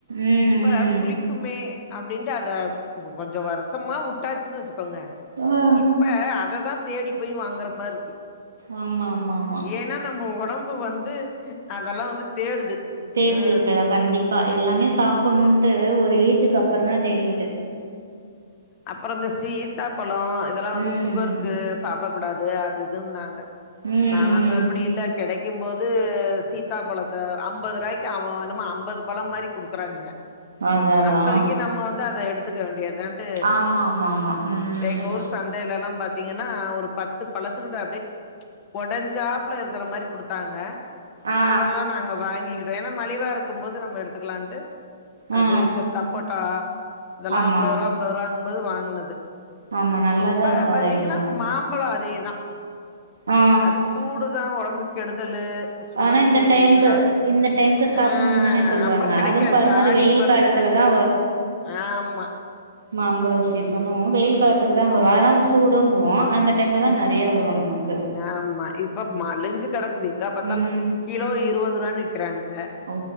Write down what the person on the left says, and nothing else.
இப்ப புளிக் குமே அப்டின்ட்டு அத கொஞ்சோ வருஷமா உட்டாச்சின் வச்சிக்கோங்க
இப்ப அததா தேடிப்பொய் வாங்குற மார்ருக்கு
ஏனா நம்ம ஒடம்பு வந்து அதெல்லா வந்து தேடுது
ஆ
அப்பறொ இந்த சீத்தா பழோ இதெல்லா வந்து
சுகருக்கு கு சாப்டக்கூடாது அது இதுன்னாங்க
நாங்க
அப்டி இல்ல கெடைக் கிம் போது சீதா பழத்தை ஐம்பது ருவாய்க்கு அவானமா ஐம்பது பழம் மாரி குடுக்கறானுங்க
அப்பதைக்கு நம்ம வந்து அத எடுத்துக்க வேண்டியத் தான்ட்டு
எங்க ஊர் சந்தையிலலா பாத்தீங்கனா ஒரு பத்து பழத்துக்கிட்ட அப்டியே ஒடஞ்சாப்ல இருக்குற மாரி குடுத்தாங்க
அதெல்லா நாங்க வாங்கிக்கிடுவோ ஏனா மலிவா இருக்கும் போது நம்ம எடுத்துக்குலான்ட்டு அது
இந்த சப்போட்டா இதெல்லா
ஐம்பது ருவா ஐம்பது ருவாங்ம்பது வாங்னது
இப்ப
பாத்தீங்கனா
மாம் பளோ அதேதா
அது சூடுதா ஒடம்புக் கெடுதலு சுகருக்கு
கொஞ்சொ
இதுதா
ஆஹ்
அப்றொ கெடைக்காத்
இந்த
ஆடிப்பெறந்துட்டா
ஆமா
ம்
ஆமா இப்ப மலிஞ்சு கெடக்குது எங்கா பாத்தால்
கிலோ இருவது ருவான் விக்கிறானுங்க